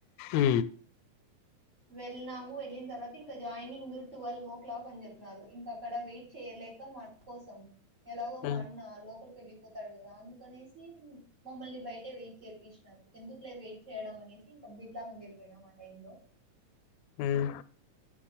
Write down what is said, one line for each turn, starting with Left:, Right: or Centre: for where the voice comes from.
Left: ఊ.
Right: వెళ్ళనాము వెళ్ళిన తర్వాత ఇంకా జాయినింగ్ ట్వెల్వ్ ఓ క్లాక్ అని చెప్తున్నారు ఇంక అక్కడ వెయిట్ చేయలేక. కోసం ఎలాగో
Left: ఉమ్
Right: మా అన్న లోకలికి వెళ్ళిపోతాడు కదా అందుకనేసి. మమ్మల్ని బయటే వెయిట్ చేయిించినారు ఎందుకు లే వెయిట్ చేయడం అనేసి ఇంకా బిడ్లా మందిరుపోయినాం ఆ టై లో.
Left: ఉమ్.